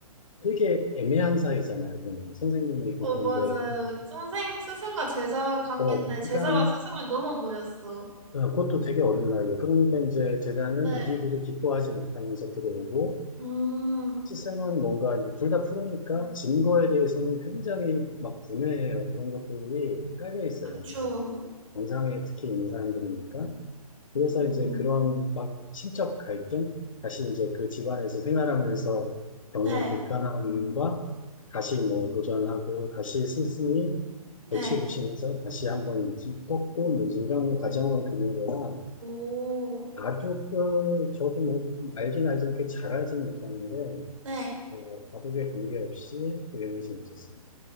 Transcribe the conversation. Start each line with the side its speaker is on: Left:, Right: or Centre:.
Left: 되게 애매한 사이잖아요. 그러면 선생님이 있고
Right: 어,
Left: 그런데
Right: 맞아요. 선생, 스승과 제자 관계인데,
Left: 어
Right: 제자가
Left: 그러니까
Right: 스승을 넘어버렸어.
Left: 네, 그것도 되게 어린 나이에. 그러니까 이제 제자는
Right: 네.
Left: 이기고도 기뻐하지 못하면서 들어오고,
Right: 음,
Left: 스승은 뭔가 이제 둘 다 프로니까 진 거에 대해서는 굉장히 막 분해해요. 그런 것들이 깔려 있어요.
Right: 그쵸.
Left: 이제 정상에 특히 있는 사람들이니까. 그래서 이제
Right: 음.
Left: 그런 막 심적 갈등, 다시 이제 그 집안에서 생활하면서 겪는
Right: 네.
Left: 불편함과 다시 뭐 도전하고 다시 스승이
Right: 네.
Left: 골치 부시면서 다시 한번 꺾고 뭐 이제 이런 과정을 그린 거라
Right: 오,
Left: 바둑을 저도 뭐 알긴 알지만 그렇게 잘 알지는 못하는데
Right: 네.
Left: 어, 바둑에 관계없이 그림이 재밌었어요.